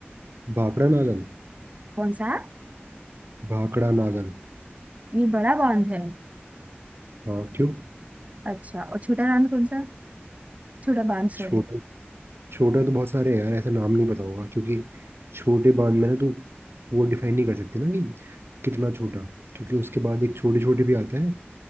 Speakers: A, on the right (about 70°); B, on the right (about 35°).
A: भाखड़ा नागल
B: कौन सा है?
A: भाखड़ा नागल
B: ये बड़ा बांध है
A: हाँ क्यों
B: अच्छा और छोटा बांध कौन सा है? छोटा बांध
A: छोटा
B: सॉरी
A: छोटा तो बहुत सारे हैं यार ऐसा नाम नहीं पता होगा क्योंकि छोटे बांध में ना तू वो डिफाइन नहीं कर सकती ना कि कितना छोटा क्योंकि उसके बाद एक छोटे छोटे भी आता है